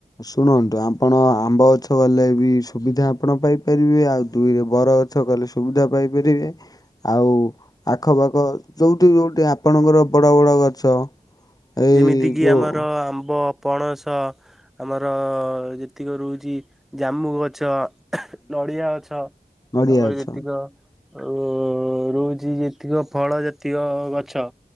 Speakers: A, on the left; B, in the centre.
A: ଶୁଣନ୍ତୁ ଆଂପଣ ଆମ୍ବ ଗଛ ଗଲେ ବି ସୁବିଧା ଆପଣ ପାଇପାରିବେ। ଆଉ ଦୁଇରେ ବର ଗଛ କଲେ ସୁବିଧା ପାଇପାରିବେ। ଆଉ ଆଖପାଖ ଯୋଉଠି ଯୋଉଠି ଆପଣଙ୍କର ବଡ ବଡ ଗଛ ଏଇ
B: ଯେମିତିକି
A: ଯୋଉ
B: ଆମର ଆମ୍ବ ପଣସ ଆମର ଯେତିକି ରହୁଚି ଜାମୁ ଗଛ, ନଡିଆ ଗଛ।
A: ନଡିଆ
B: ଆମର
A: ଗଛ
B: ଯେତିକ ଆଉ ରହୁଚି ଯେତିକ ଫଳ ଜାତିୟ ଗଛ